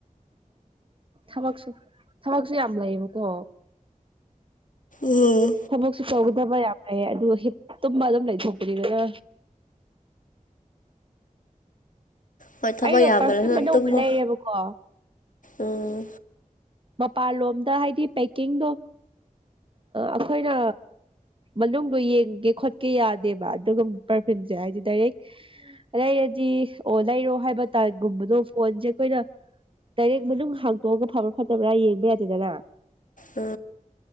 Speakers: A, on the right (about 40°); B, on the left (about 70°).
A: ꯊꯕꯛꯁꯨ ꯊꯕꯛꯁꯨ ꯌꯥꯝ ꯂꯩꯌꯦꯕꯀꯣ
B: ꯎꯝ
A: ꯊꯕꯛꯁꯨ ꯇꯧꯒ ꯊꯕ ꯌꯥꯝ ꯂꯩꯌ‌ꯦ ꯑꯗꯨ ꯍꯤꯠ ꯇꯨꯃꯒ ꯑꯗꯨꯝ ꯂꯩꯊꯣꯛꯄꯅꯤꯗ
B: ꯍꯣꯏ ꯊꯕꯛ
A: ꯑꯩꯗꯣ
B: ꯌꯥꯝꯃꯜꯂꯁꯨ
A: ꯄꯔꯐꯤꯝ ꯑꯅꯧꯕ
B: ꯇꯨꯝꯃꯣ
A: ꯂꯩꯔꯦꯕꯀꯣ
B: ꯎꯝ
A: ꯃꯄꯥꯟꯂꯣꯝꯗ ꯍꯥꯏꯗꯤ ꯄꯦꯛꯀꯤꯡꯗꯣ ꯑꯩꯈꯣꯏꯅ ꯃꯅꯨꯡꯗꯣ ꯌꯦꯡꯒꯦ ꯈꯣꯠꯀꯦ ꯌꯥꯗꯦꯕ ꯑꯗꯨꯒ ꯄꯔꯐꯤꯝ ꯖ‌ꯦ ꯍꯥꯏꯗꯤ ꯗꯥꯏꯔꯦꯛ ꯂꯩꯔꯗꯤ ꯑꯣ ꯂꯩꯔꯣ ꯍꯥꯏꯕ ꯇꯥꯔꯒꯨꯝꯕꯗꯣ ꯐꯣꯟꯖ‌ꯦ ꯑꯩꯈꯣꯏꯅ ꯗꯥꯏꯔꯦꯛ ꯃꯅꯨꯡ ꯍꯥꯡꯇꯣꯛꯑꯒ ꯐꯕ꯭ꯔꯥ ꯐꯠꯇꯕ꯭ꯔꯥ ꯌꯦꯡꯕ ꯌꯥꯗꯦꯗꯅ
B: ꯑ